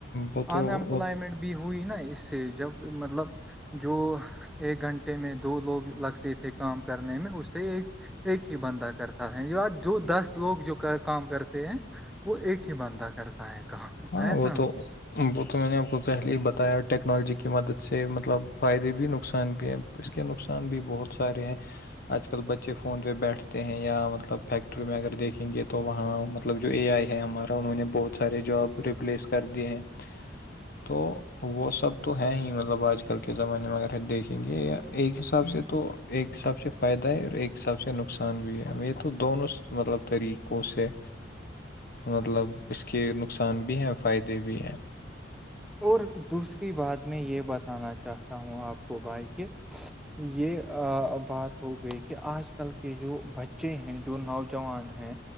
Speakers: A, on the left (about 50°); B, in the centre.
A: وہ تو
B: انمپلائمنٹ
A: وہ
B: بھی ہوئی نا اس سے جب مطلب جو ایک گھنٹ میں دو لوگ لگتے تھے کام کرنے میں اس سے ایک ایک ہی بندہ کرتے ہے جو دس لوگ جو کام کرتے ہیں وہ ایک ہی بندہ کرتے کہا آ
A: ہاں وہ
B: کہ ہ
A: تو وہ تو میں نے آپ کو پہلے ہی بتایا ٹیکنالوجی کی مدد سے مطلب فائدے بھی نقصان بھی ہیں اس کے نقصان بھی بہت سارے ہیں آج کل بچے فون پہ بیٹھتے ہیں یا مطلب فیکٹری میں اگر دیکھیں گے تو وہاں مطلب جو اے آئی ہے ہمارا انہوں نے بہت سارے جاب ریپلیس کر دیے ہیں تو وہ سب تو ہے ہی مطلب آج کل کے زمانے میں اگر دیکھیں گے ایک حساب سے تو ایک حساب سے فائدہ ہے اور ایک حساب سے نقصان بھی ہے ہم یہ تو دونوں مطلب طریقوں سے مطلب اس کے نقصان بھی ہیں فائدے بھی
B: اور دوسری بات میں یہ بتانا چاہتا ہوں آپ کو بائیک یہ بات ہو گئی کہ آج کل کے جو بچے ہیں جو نوجوان ہیں